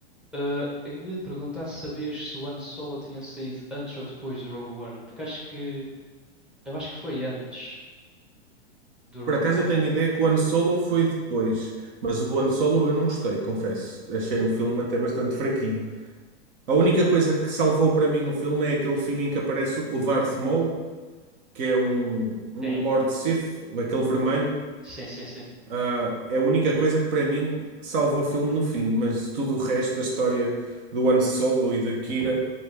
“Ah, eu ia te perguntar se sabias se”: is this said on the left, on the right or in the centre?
Centre